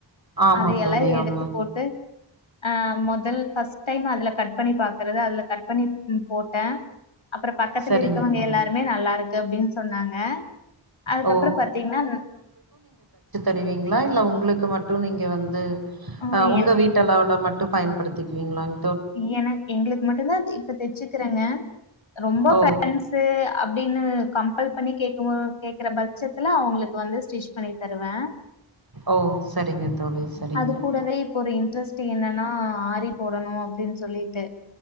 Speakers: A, on the right; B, on the left.
A: ஆமா
B: அதையெல்லா
A: தோழி
B: எடுத்து
A: ஆமா
B: போட்டு ஆஹ் மொதல் கஸ் டைம் அதுல கட் பண்ணி பாக்குறது அதுல கட் பண்ணி ம் போட்டே அப்றொ பக்கத்துல
A: செரிங்க
B: இருக்கவங்க
A: தோழி
B: எல்லாருமே நல்லாருக்கு அப்படின் சொன்னாங்க அதுக்கப்றொ
A: ஓ
B: பாத்திங்னா
A: டுவீங்ளா இல்ல உங்ளுக்கு மட்டு நீங்க வந் ம்
B: ஆ
A: ஆஹ் உங்க
B: என்
A: வீட்டு அளவுல மட்டு பயன் படுத்திக்வீங்ளாங்
B: இயன்னா எங்களுக்கு மட்டுந்தா இப்ப தெச்சுக்கிறேங்க ரொம்ப
A: ஓ
B: ஃப்ரண்ட்ஸு அப்டி ன்னு கம்பல் பண்ணி கேக்கவு கேக்ற பட்சத்துல அவங்களுக் வந்து ஸ்டிச் பண்ணி தருவே
A: ஓ செரிங்க தோழி செரிங்க
B: அது கூடவே இப்ப ஒரு இன்ட்ரெஸ்ட்டி என்னன்னா ஆரி போடணூ சொல்லிட்டு